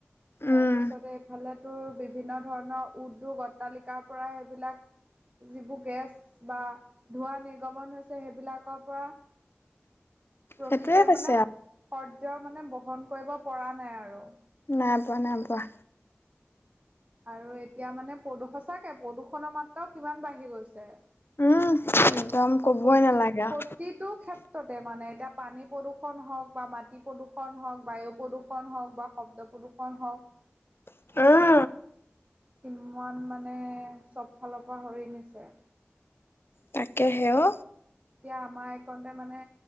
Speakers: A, on the right (about 35°); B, on the left (about 60°).
A: তাৰপিছতে
B: উম
A: এইফালে তোৰ বিভিন্ন ধৰণৰ উদ্যোগ, অট্টালিকাৰ পৰাই এইবিলাক যিবোৰ গেছ বা ধোঁৱা নিৰ্গমন হৈছে সেইবিলাকৰ পৰা প্ৰকৃতিয়ে
B: সেইটোয়ে
A: মানে
B: হৈছে আও
A: শৰ্য মানে বহন কৰিব পৰা নাই আৰু।
B: নাই পোৱা-নাই পোৱা।
A: আৰু এতিয়া মানে প্ৰদূষ সচাকে প্ৰদূষণৰ মাত্ৰাও কিমান বাঢ়ি গৈছে
B: উম, একদম। কবই
A: প্ৰতি
B: নালাগে
A: -পত
B: আও
A: প্ৰতিটো ক্ষেত্ৰতে মানে এতিয়া পানী প্ৰদূষণ হওক বা মাটি প্ৰদূষণ হওক বায়ু প্ৰদূষণ হওক বা শব্দ প্ৰদূষণ হওক
B: <unintelligible>
A: কিমান মানে চব ফালৰ পৰা হৰি নিছে।
B: তাকেসে অ,
A: এতিয়া আমাৰ এইকনতে মানে